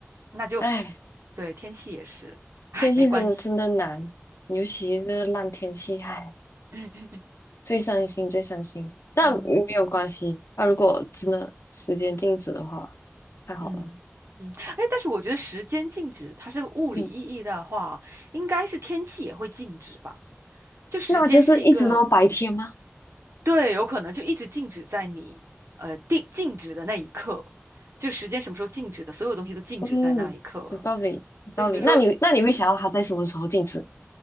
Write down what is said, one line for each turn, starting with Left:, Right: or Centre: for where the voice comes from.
Right: 那就
Left: 哎，
Right: 对天气也是，哎，
Left: 天气真的真的难，
Right: 没关系，
Left: 尤其是这个烂天气，哎，
Right: <laughs>
Left: 最伤心最伤心。但没有关系，
Right: 嗯
Left: 那如果真的时间静止的话，太好了。
Right: 嗯嗯，哎，但是我觉得时间静止，它是物理意义的话，
Left: 嗯，
Right: 应该是天气也会静止吧。就时间是一个
Left: 那就是一直都白天吗？
Right: 对，有可能就一直静止在你呃定静止的那一刻，就时间什么时候静止的，所有东西都静止在那一刻了。
Left: 嗯，有道理，有道理。
Right: 再就比如说，
Left: 那你那你会想要它在什么时候静止？